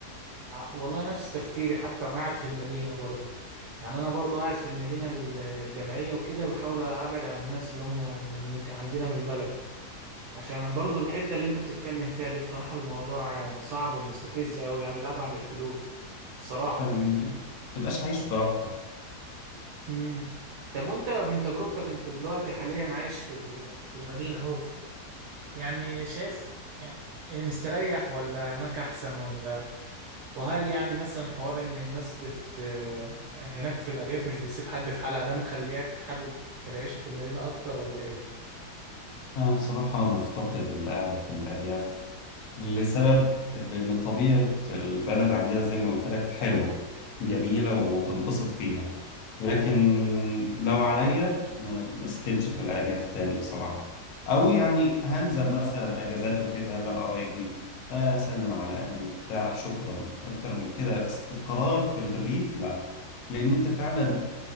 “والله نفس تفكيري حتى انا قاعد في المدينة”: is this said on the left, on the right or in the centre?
Right